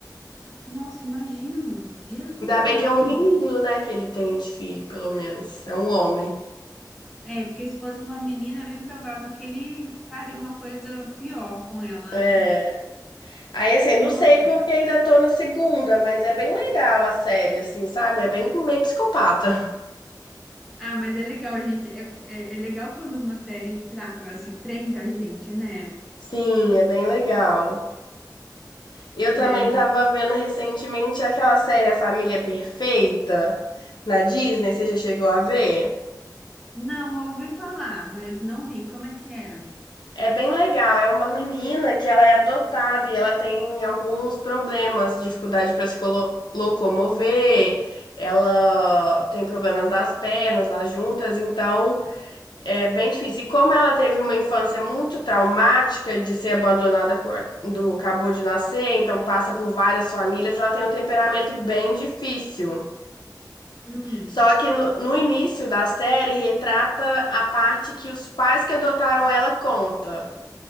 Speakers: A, in the centre; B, on the left.
A: Nossa, imagino. Jesus
B: Ainda bem
A: amado.
B: que é um menino, né, que ele tem de filho, pelo menos, é um homem.
A: É, porque se fosse uma menina, é bem provável que ele faria uma coisa pior com ela,
B: É.
A: né?
B: Aí assim, não
A: Nossa.
B: sei porque ainda tô na segunda, mas é bem legal a série, assim, sabe? É bem meio psicopata.
A: Ah, mas é legal, gente. É, é, é legal quando uma série tra- assim prende a gente, né?
B: Sim, é bem legal. Eu também
A: É,
B: tava vendo recentemente aquela série A Família Perfeita na Disney, você já chegou a ver?
A: Não, eu ouvi falar, mas não vi. Como é que é?
B: É bem legal. É uma menina que ela é adotada e ela tem alguns problemas, dificuldade para se colo- locomover. Ela tem problemas das pernas, das juntas, então é bem difícil. E como ela teve uma infância muito traumática de ser abandonada quando acabou de nascer, então passa por várias famílias, ela tem um temperamento bem difícil.
A: Hum,
B: Só que no, no início da série retrata a parte que os pais que adotaram ela conta.